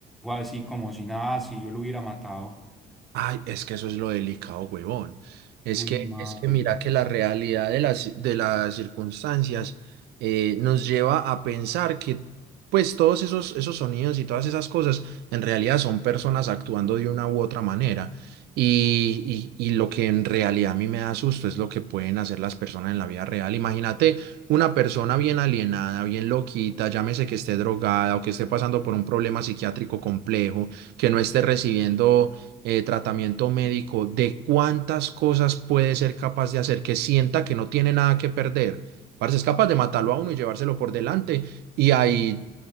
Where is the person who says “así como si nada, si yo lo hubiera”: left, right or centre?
Centre